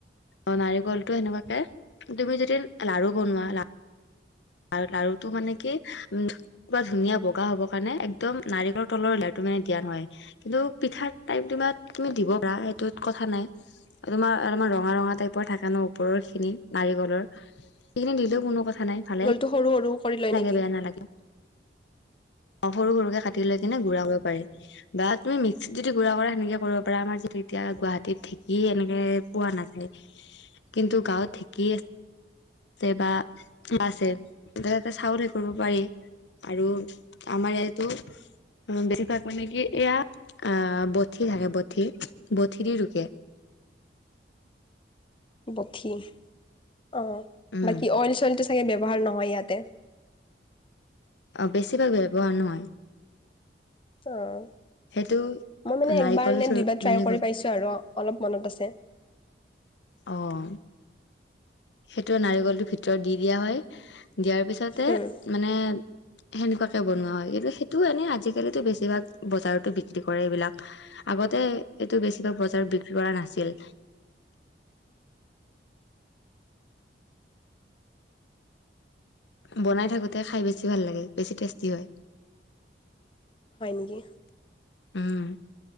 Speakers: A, on the left; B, on the left.
A: অ' নাৰিকলটো সেনেকুৱাকে তুমি যদি লাৰু বনোৱা লা আৰু লাৰুটো মানে কি উম একেবাৰে ধুনীয়া বগা হ'বৰ কাৰণে একদম নাৰিকলৰ তলৰ লেৰাটো মানে দিয়া নহয়। কিন্তু পিঠাৰ টাইমটো তুমি দিব পাৰা সেইটোত কথা নাই। তোমাৰ অলপমান ৰঙা ৰঙা টাইপৰ থাকে ন ওপৰৰ খিনি নাৰিকলৰ সেইখিন দিলেও কোনো কথা নাই ভালে
B: টো সৰু কৰি সৰু লয়
A: ভালে লাগে
B: নেকি
A: বেয়া নালাগে অ সৰু সৰুকে কাটি লৈ কিনে গুৰা কৰিব পাৰি। বা তুমি মিক্সিত যদি গুড়া কৰা সেনেকে কৰিব পাৰা আমাৰ যিহেতু এতিয়া গুৱাহাটীত ঢেকি এনেকে- পোৱা নাযায় কিন্তু গাঁৱত ঢেকি আছে বা বাছে তাতে চাউল হেৰি কৰিব পাৰি আৰু আমাৰ ইয়াতো অ বেছিভাগ মানে কি এয়া অ বঠি থাকে বঠি বঠি দি ৰুকে।
B: বঠি অ'
A: উম
B: বাকী অইল চইলটো চাগে ব্যৱহাৰ নহয় ইয়াতে।
A: অ' বেছিভাগ ব্যৱহাৰ নহয়।
B: অঁ।
A: সেইটো
B: মই মানে একবাৰ
A: নাৰিকল
B: নে
A: চোৰ
B: দুবাৰ ট্ৰাই
A: মানে
B: কৰি পাইছো আৰু, অলপ মনত আছে।
A: অঁ। সেইটোৱে নাৰিকলটোৰ ভিতৰত দি দিয়া হয়, দিয়াৰ পিছতে
B: উম
A: মানে সেনেকুৱাকে বনোৱা হয়, কিন্তু সেইটো এনেই আজিকালিতো বেছিভাগ বজাৰতো বিক্ৰী কৰে এইবিলাক। আগতে এইটো বেছিভাগ বজাৰত বিক্ৰী কৰা নাছিল। বনাই থাকোতে খাই বেছি ভাল লাগে, বেছি টেষ্টি হয়।
B: হয় নেকি।
A: উম,